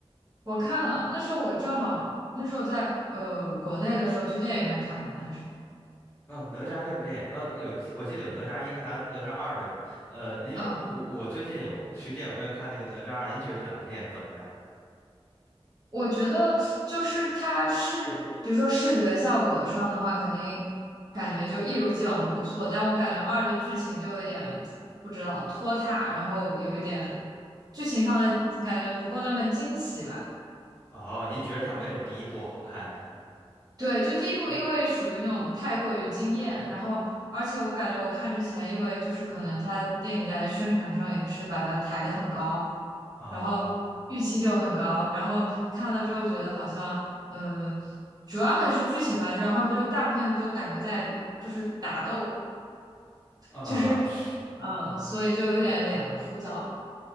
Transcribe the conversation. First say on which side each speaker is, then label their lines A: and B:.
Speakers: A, on the right (about 40°); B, on the left (about 20°).
A: 我看了，那时候我正好那时候在呃国内的时候去电影院看的，那还是。
B: 嗯、哪吒这部电影，呃，有记我记得有哪吒一和哪哪吒二，对吧？呃，您有我我最近有去电影院看那个哪吒二，
A: 嗯。
B: 您觉得这两部电影怎么样？
A: 我觉得就是它是，比如说视觉效果上的话，肯定感觉就一如既往的不错，但我感觉二的剧情就有点不知道拖沓，然后有一点剧情上的感觉不够那么惊喜吧。
B: 哦，您觉得它没有第一部好看是吗？
A: 对，就第一部，因为属于那种太过于惊艳，然后而且我感觉我看之前，因为就是可能他电影在宣传上也是把它抬得很高，
B: 啊
A: 然后预期就很高，然后看了之后觉得好像，嗯，主要还是剧情吧，然后就大部分都感觉在就是打斗，
B: 啊，
A: 就是，
B: 是
A: 嗯，所以就有点有点枯燥。